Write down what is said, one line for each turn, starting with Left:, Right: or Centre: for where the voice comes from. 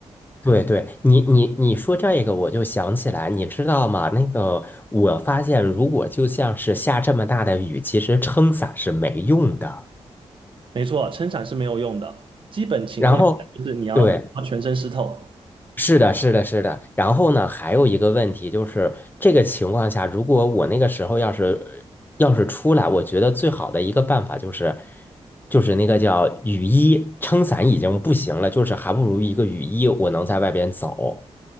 Left: 对对，你你你说这个，我就想起来，你知道吗？那个，我发现如果就像是下这么大的雨，其实撑伞是没用的。
Right: 没错，撑伞是没有用的。基本情况下就是你要要全身湿透。
Left: 然后，对，是的，是的，是的。然后呢，还有一个问题就是，这个情况下，如果我那个时候要是要是出来，我觉得最好的一个办法就是，就是那个叫雨衣，撑伞已经不行了，就是还不如一个雨衣，我能在外边走。